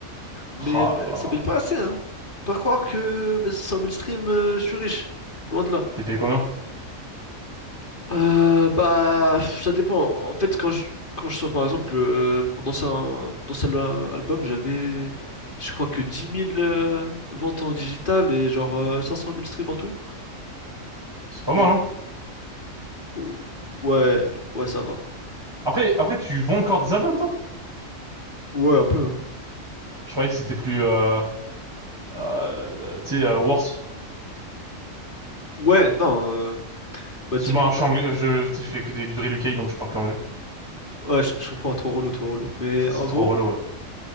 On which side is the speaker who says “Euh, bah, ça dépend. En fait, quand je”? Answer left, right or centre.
Left